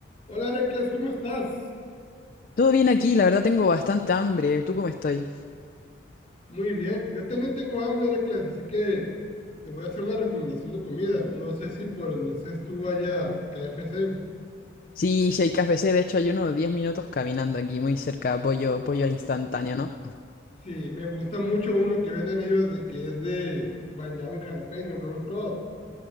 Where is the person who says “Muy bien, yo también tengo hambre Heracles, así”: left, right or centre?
Left